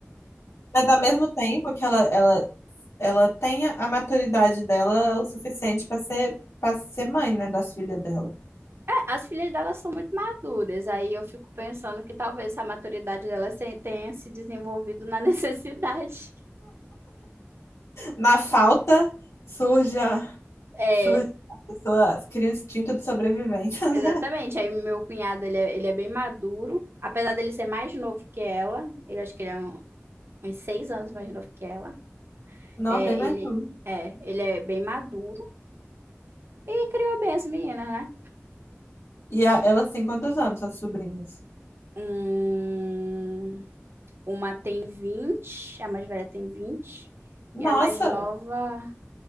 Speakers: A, on the left; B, on the right.
A: Mas ao mesmo tempo que ela, ela, ela tenha a maturidade dela o suficiente para ser, para ser mãe, né, das filhas dela.
B: É, As filhas delas são muito maduras, aí eu fico pensando que talvez a maturidade delas se- tenha se desenvolvido na <laughs> necessidade.
A: Na falta, surge a,
B: É,
A: surge a pessoa, cria um instinto de sobrevivência, <laughs> né?
B: exatamente. Aí meu cunhado, ele é, ele é bem maduro, apesar dele ser mais novo que ela, ele acho que ele é um- uns seis anos mais novo que ela.
A: Não,
B: É,
A: bem mais
B: ele
A: não.
B: é, ele é bem maduro e criou bem as meninas, né?
A: E a- elas têm quantos anos, as sobrinhas?
B: Hum, uma tem 20 a mais velha tem 20
A: Nossa!
B: e a mais nova